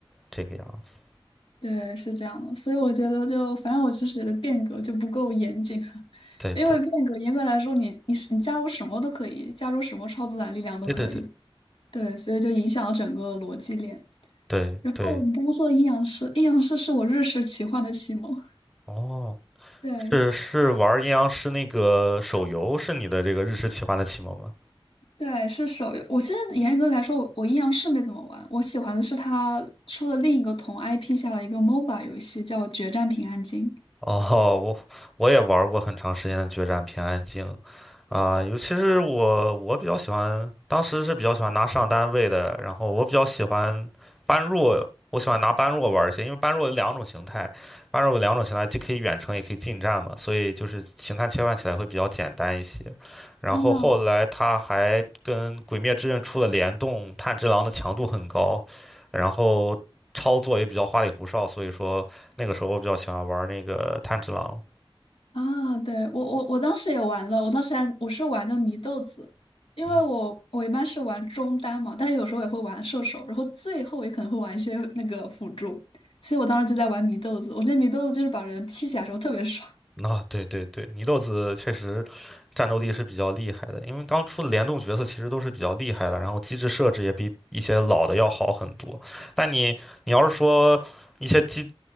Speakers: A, in the centre; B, on the left.
A: 这个样子。
B: 对是这样的，所以我觉得就反正我就是觉得变革就不够严谨啊，<laughs>
A: 对对
B: 因为变革严格来说你，你是你加入什么都可以，加入什么超自然力量都可以。
A: 对对对
B: 对，所以就影响了整个逻辑链。
A: 对对，
B: 然后你刚刚说的阴阳师，阴阳师是我日式奇幻的启蒙。
A: 哦，
B: 对，
A: 是是玩阴阳师那个手游是你的这个日式奇幻的启蒙吗？
B: 对，是手游。我现在严格来说，我我阴阳师没怎么玩。我喜欢的是他出了另一个同 IP 下的一个 MOBA 游戏，叫《决战平安京》。
A: 哦，我我也玩过很长时间的决战平安京，啊、尤其是我我比较喜欢，当时是比较喜欢拿上单位的，然后我比较喜欢般若，我喜欢拿般若玩一些，因为般若有两种形态，般若有两种形态，既可以远程也可以近战嘛，所以就是形态切换起来会比较简单一些。然后后来他还跟《鬼灭之刃》出了联动，
B: 啊，
A: 炭治郎的强度很高，然后操作也比较花里胡哨，所以说。那个时候我比较喜欢玩那个炭治郎。
B: 啊，对，我我我当时也玩了，我当时还我是玩的祢豆子，因为我我一般是玩中单嘛，
A: 嗯，
B: 但是有时候也会玩射手，然后最后也可能会玩一些那个辅助，所以我当时就在玩祢豆子。我觉得祢豆子就是把人踢起来的时候特别爽。
A: 啊，对对对，祢豆子确实战斗力是比较厉害的，因为刚出的联动角色其实都是比较厉害的，然后机制设置也比一些老的要好很多。但你你要是说一些机